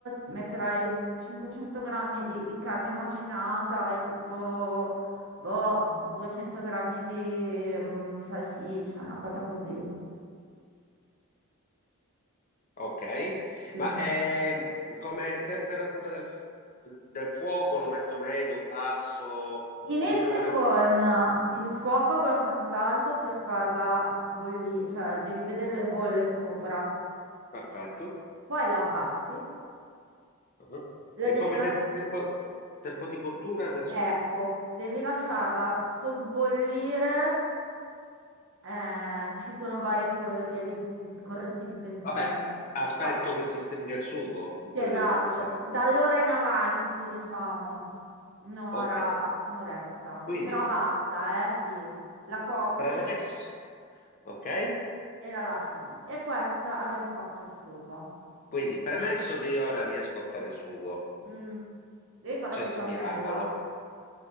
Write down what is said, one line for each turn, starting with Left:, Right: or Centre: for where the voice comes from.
Right: metterai un 500 grammi di, di carne macinata e tipo, boh, 200 grammi di mm, salsiccia, una cosa così.
Left: Ok,
Right: Ci
Left: ma
Right: sa.
Left: eh, come temperatura del, del fuoco lo metto medio, basso,
Right: Inizia
Left: come devo regolare?
Right: con il fuoco abbastanza alto per farla bollire, cioè devi vedere le bolle sopra.
Left: Perfetto.
Right: Poi la abbassi,
Left: Uh-huh.
Right: la
Left: E
Right: devi
Left: come
Right: lasciare,
Left: tem- tempo, tempo di cottura del
Right: ecco,
Left: sugo?
Right: devi lasciarla sobbollire Eh, ci sono varie corrie di- di- correnti di pensiero.
Left: Vabbè, aspetto
Right: No,
Left: che si stringa il sugo, in
Right: Sì,
Left: teoria,
Right: esatto,
Left: quindi saranno...
Right: da allora in avanti, diciamo, un'ora,
Left: Ok,
Right: un'oretta,
Left: quindi
Right: però basta, eh, lì, la copri
Left: premesso... Ok?
Right: e la lasci lì. E questa abbiamo fatto il sugo.
Left: Quindi premesso che io ora riesco a fare il sugo,
Right: Mm, devi fare
Left: c'è
Right: la besciamella.
Left: sto miracolo.